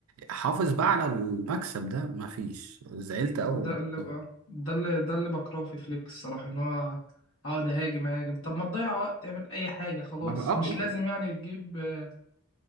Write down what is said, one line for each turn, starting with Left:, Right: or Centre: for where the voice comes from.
Right: حافظ بقى على المكسب ده مفيش زعلت قوي
Left: هو ده اللي
Right: والله
Left: آه، ده اللي ده اللي بكرهه في فليك الصراحة ان هو اقعد اهاجم اهاجم طب ما تضيع وقت اعمل اي حاجة خلاص
Right: ما بقى آه،
Left: مش لازم يعني تجيب آه،